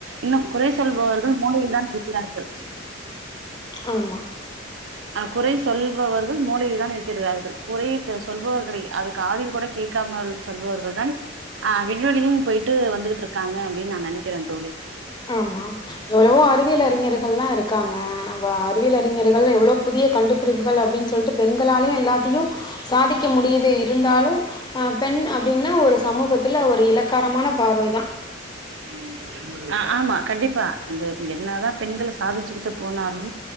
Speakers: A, on the right (about 80°); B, on the left (about 25°).
A: இன்னு குறை சொல்பவர்கள் மூலையில்தான் இருக்கிறார்கள்
B: ஆமா
A: அ குறை சொல்பவர்கள் மூளையில்தான் இருக்கிறார்கள் குறை த சொல்பவர்களை அது காதில் கூட கேக்காமல் சொல்பவள்தான் அ விண்வெளியும் போய்ட்டு வந்துகிட்ருக்காங்க அப்டின் நா நெனைக்கிறேன் தோழி
B: ஆமா எவுளவோ அறிவியல் அறிஞர்கள்லா இருக்காங்க அவா அறிவியல் அறிஞர்கள்னு எவுளோ புதிய கண்டுபிடிப்புகள் அப்டின் சொல்ட்டு பெண்களாலயு எல்லாத்தியு சாதிக்க முடியது இருந்தாலு அ பெண் அப்டினா ஒரு சமூகத்துல ஒரு இலக்காரமான பார்வைதா
A: அப்டி ஆ ஆமா கண்டிப்பா இது என்னாதா பெண்கள் சாதிச்சுக்கிட்டு போனாலு